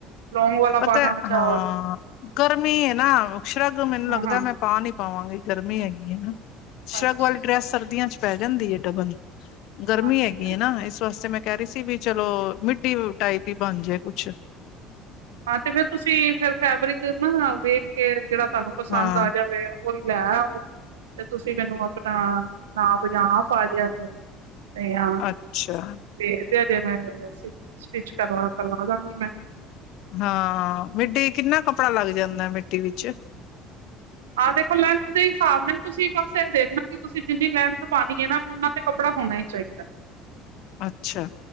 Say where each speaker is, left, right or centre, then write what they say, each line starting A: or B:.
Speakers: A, on the right; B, on the left.
A: ਲੋਂਂਗ ਵਾਲਾ
B: ਪਤਾ
A: ਪਾਣਾ ਚਾ
B: ਹਾਂ, ਗਰਮੀ ਏ ਨਾ। ਸ਼ਰਗ ਮੈਨੂੰ ਲੱਗਦਾ
A: ਹਾਂ ਹਾਂ
B: ਮੈਂ ਪਾ ਨੀ ਪਾਵਾਂਗੀ, ਗਰਮੀ ਹੈਗੀ ਏ ਨਾ। ਸ਼ਰਗ
A: ਅੱਛਾ
B: ਵਾਲੀ ਡਰੈੱਸ ਸਰਦੀਆਂ ਚ ਪੈ ਜਾਂਦੀ ਏ‌ ਡਬਲ। ਗਰਮੀ
A: ਹਾਂਜੀ।
B: ਹੈਗੀ ਏ ਨਾ, ਇਸ ਵਾਸਤੇ ਮੈਂ ਕੈ ਹੀ ਸੀ ਵੀ ਚਲੋ ਮਿਡੀ ਟਾਈਪ ਈ ਬਣ ਜੇ ਕੁਛ
A: ਹਾਂ, ਤੇ ਫੇਰ ਤੁਸੀਂ ਫੇਰ ਫੈਬਰਿਕ ਨਾ ਵੇਖ ਕੇ ਜੇੜਾ ਤਾਨੂੰ ਪਸਾੰਦ
B: ਹਾਂ
A: ਆ ਜਾਵੇ। ਉਈ ਲੈ ਆਵੋ ਤੇ ਤੁਸੀਂ ਮੈਨੂੰ ਆਪਣਾ ਨਾਪ ਜਾਂ ਆਪ ਆ ਜਾਯਾ ਕਰੋ। ਤੇ ਯਾਂ
B: ਅੱਛਾ
A: ਤੇ, ਤੇ ਦੇਦੇ ਮੈਂ ਸਟਿੱਚ-ਸਟਿੱਚ ਕਰ ਕਰਵਾ ਛਾਂਗੀ ਮੈਂ।
B: ਹਾਂ, ਮਿੱਡੀੇ ਕਿੰਨਾ ਕੱਪੜਾ ਲਾੱਗ ਜਾਂਦਾ ਮਿੱਡੀ ਵਿੱਚ?
A: ਆਹ ਦੇਖੋ, ਲੈਂਥ ਦੇ ਹਿਸਾਬ ਨਾਲ ਤੁਸੀਂ ਬਸ ੲੈ ਦੇਖਣਾ ਕਿ ਤੁਸੀਂ ਜਿੰਨੀ ਲੈਂਥ ਪਾਣੀ ਏ ਨਾ, ਓਨਾਂ ਤੇ ਕੱਪੜਾ ਹੋਣਾ ਹੀ ਚਾਇਦਾ।
B: ਅੱਛਾ।